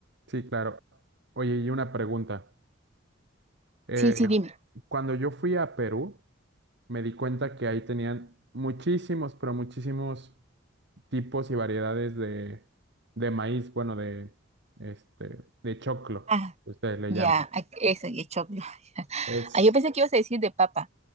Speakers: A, on the right; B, on the right.
A: Sí, claro. Oye, y una pregunta. Eh,
B: Sí, sí, dime.
A: cuando yo fui a Perú, me di cuenta que ahí tenían muchísimos, pero muchísimos tipos y variedades de, de maíz, bueno, de, este, de choclo,
B: Ah,
A: que ustedes le
B: ya,
A: llaman.
B: a- ese de choclo. <laughs>
A: Es,
B: Ah, yo pensé que ibas a decir de papa.